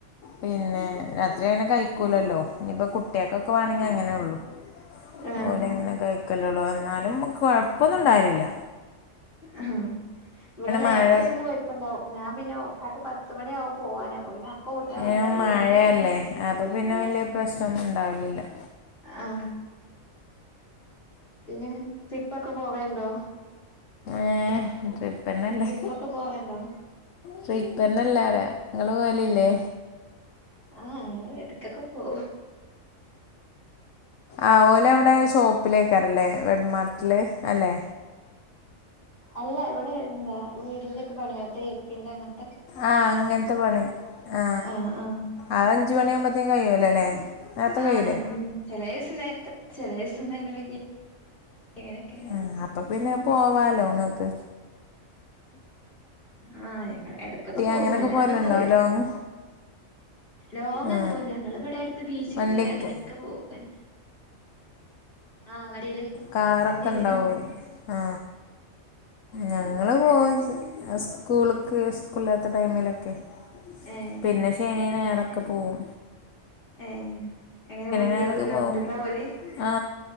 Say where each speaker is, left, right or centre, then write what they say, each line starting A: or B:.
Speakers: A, on the left (about 75°); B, on the left (about 40°).
A: പിന്നെ രാത്രിയങ്ങനെ കഴിക്കില്ലല്ലോ ഇനിയിപ്പോ കുട്ടികൾക്ക് എനിക്കൊക്കെ വേണമെങ്കിൽ അങ്ങനെയൊള്ളു
B: ആഹ്
A: അവർ ഇങ്ങനൊക്കെ കഴിക്കലുള്ളതാ. എന്നാലും കുഴപ്പമൊന്നും ഉണ്ടാവാറില്ല
B: ഉം ഇവിടെ നേരത്തെ
A: മഴ
B: വെക്കുമ്പോൾ കുഴപ്പം ഉണ്ടാവും ഞാൻ പിന്നെ അവൾക്ക് പത്ത് മണിയാവും പോവാന് അപ്പൊ പിന്നെ അപ്പൊ ഊറ്റാൻ
A: ഏഹ്
B: ഉള്ളതെ
A: മഴയല്ലേ
B: അതിന്മേൽ വെകുള്ളു
A: അപ്പൊ പിന്നെ
B: ആ
A: വലിയ പ്രശ്നൊന്നും ഉണ്ടാവലില്ല
B: ആ.. പിന്നെ നിങ്ങൾ ട്രിപ്പൊക്കെ പോവേണ്ടോ
A: ഏ ട്രിപ്പ് തന്നെയല്ലേ
B: ട്രിപ്പൊക്കെ പോവേണ്ടോ
A: ട്രിപ്പ് തന്നെയല്ലേ ആ നിങ്ങൾ പോവാലില്ലേ
B: ആ ഇടക്കൊക്കെ പോവും.
A: ആ ഓൽ അവിടെ ഷോപ്പിലേക്കാരം ല്ലേ.. റെഡ്മാർട്ടില് അല്ലെ.
B: അല്ല ഇവിടെ എന്താ വീടിന്റെയൊക്കെ പണിയാണ് തേപ്പിന്റെ അങ്ങനത്തെ
A: ആ അങ്ങനത്തെ പണി ആ
B: ആഹ് ആഹ്
A: അത് അഞ്ചുമണിയാകുമ്പോതെക്കും കഴിയുഅല്ലോ അല്ലേ നേരത്തെ
B: ആന്ന്
A: കഴിയൂലേ
B: ഉം ചില ദിവസം നേരത്തെ ചില ദിവസം നേരം വൈകീട്ട് അങ്ങനെയൊക്കെ തന്നെ
A: ആ അപ്പം പിന്നെ പോകാല്ലോ നിങ്ങൾക്ക്
B: ആ ഞങ്ങൾ ഇടക്കൊക്കെ പോവും
A: അങ്ങനെയൊക്കെ
B: വല്ലാതൊന്നും
A: പോവലുണ്ടോ
B: പോവില്ല
A: ലോങ്
B: ലോങ്
A: ആ
B: അങ്ങനെ പോവില്ല ഞങ്ങൾ ഇവിടെ അടുത്ത് ബീച്ചക്ക്
A: വണ്ടിയൊക്കെ
B: അങ്ങനെയൊക്കെ പോവും ആ വണ്ടീല്
A: കാറൊക്കെ
B: വണ്ടിയിൽ
A: ഉണ്ടാവുമല്ലോ ആ ഞങ്ങൾ പോവൽ സ്കൂളിലേക്ക് സ്കൂളില്ലാത്ത ടൈമിലൊക്കെ
B: ഏഹ്
A: പിന്നെ ശനിയും ഞായറൊക്കെ പോകും
B: ഏ എങ്ങനെ ഊട്ടി
A: ഞായറൊക്കെ
B: ലോങ്
A: പോവും
B: ട്രിപ്പാ പോല്
A: ആ